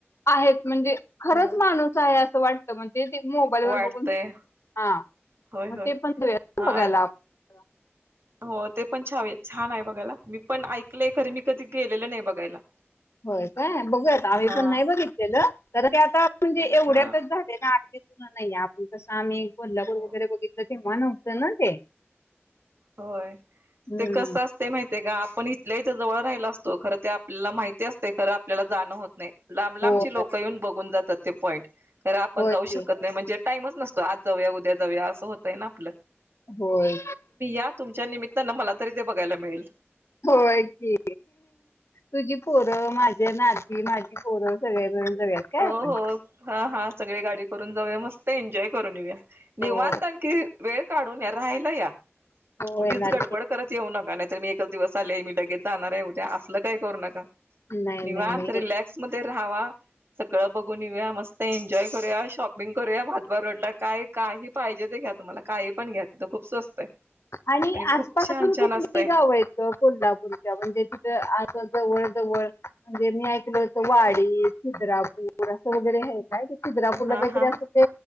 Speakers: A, on the left; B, on the right.
A: आहेत, म्हणजे खरंच
B: हो
A: माणूस आहे. वाटत. ते ते मोबाईल वर
B: वाटतय
A: बघून, हा,
B: होय
A: मग
B: होय
A: ते पण देऊ यात
B: हा
A: ना बघायला. हो.
B: हो ते पण छावे, छान आहे बघायला, मी पण ऐकलंय खरे, मी कधी गेलेलं नाही बघायला.
A: होय काय, बघूयात, आम्ही
B: हा
A: पण नाही बघितलेलं. तर ते आता म्हणजे एवढ्यातच
B: हा
A: झाले ना आठ नाही आपण कसं आम्ही कोल्हापूर
B: हो
A: वगैरे बघितलं, तेव्हा नव्हतं ना ते.
B: होय.
A: हम्म.
B: ते कस असते माहिती ते का आपण इथल्या इथ जवळ राहिला असतो. खरं ते आपल्याला माहिती असते, खरं आपल्याला जाणं होत नाही. लांब लांबची
A: होय
B: लोकं येऊन बघून जातात, ते पॉईंट. कारण आपण
A: होय
B: जाऊ
A: की
B: शकत नाही म्हणजे टाईमच नसतो, आज जाऊया, उद्या जाऊया, असं होतय ना आपलं.
A: होय.
B: हा तुमच्या निमित्तानं मला तरी ते बघायला मिळेल.
A: होय की, तुझी पोरं माझ्या ना ही माझी पोर सगळ्या मिळून जाऊयात काय
B: हो
A: आपण
B: हो हा हा सगळी गाडी करून जाऊया. मस्त एन्जॉय करून येऊ या
A: हो
B: निवांत आणखी वेळ काढून या, राहायला या,
A: हो
B: उगीच
A: येणार
B: गडबड
A: की
B: करत येऊ नका. नाही मी एकच दिवस आले. मी लगेच जाणार आहे, उद्या. असलं काही करू नका.
A: नाही
B: निवांत
A: नाही नाही
B: रिलॅक्स
A: येत.
B: मध्ये राहावा, सगळं बघून येऊया, मस्त एन्जॉय करूया, शॉपिंग करूया, भातवा रोडला काय! काही पाहिजे ते घ्या तुम्हाला. काही पण घ्या खूप स्वस्त आहे.
A: आणि आस
B: खूप
A: पासून
B: छान छान
A: कुठली
B: असतंय
A: गावं आहेत गं कोल्हापूरच्या? म्हणजे तिथ आसं जवळ जवळ म्हणजे मी ऐकलं होत. वाडी, छिद्रापूर असं वगैरे हाय. काय ते छीद्रापूरला
B: हा
A: काहीतरी
B: हा
A: अस ते